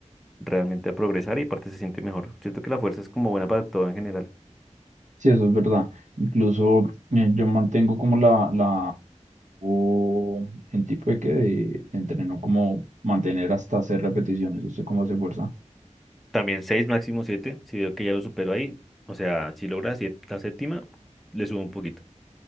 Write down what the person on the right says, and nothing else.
Sí, eso es verdad. Incluso eh, yo mantengo como la, la o el tipo de que de, de entreno como mantener hasta hacer repeticiones. ¿Usted cómo hace fuerza?